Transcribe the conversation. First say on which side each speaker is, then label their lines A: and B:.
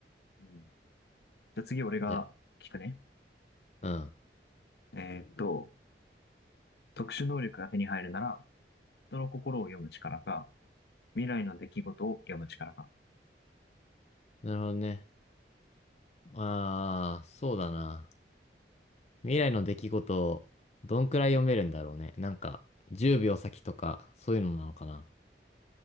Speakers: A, on the left; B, on the left.
A: うん。じゃあ次、俺が聞くね。
B: じゃ、うん。
A: えーっと、特殊能力が手に入るなら、人の心を読む力か、未来の出来事を読む力か。
B: なるほどね。ああ、そうだな。未来の出来事をどんくらい読めるんだろうね。なんか、10秒先とか、そういうのなのかな。